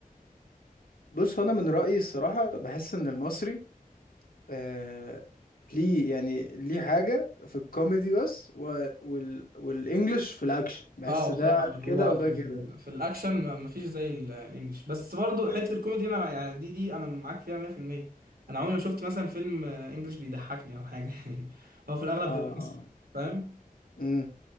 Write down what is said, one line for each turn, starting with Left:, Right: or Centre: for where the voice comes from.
Left: بص هو انا من رأيي الصراحة بحس ان المصري آه ليه يعني ليه حاجة في الكوميدي بس و وال والانجليش في الاكشن بحس
Right: اه بصراحة
Left: ده
Right: اللي
Left: كده
Right: هو
Left: وده
Right: في,
Left: كده
Right: في, في الاكشن ما, ما فيش زي ال- الانجليش بس برضو حتة الكوميدي هنا يعني دي دي انا معاك فيها 100% انا عمري ما شفت مثلا فيلم آه، انجليش بيضحكني او حاجة <laughs> يعني هو في الاغلب
Left: اه
Right: بيبقى مصري فاهم؟
Left: امم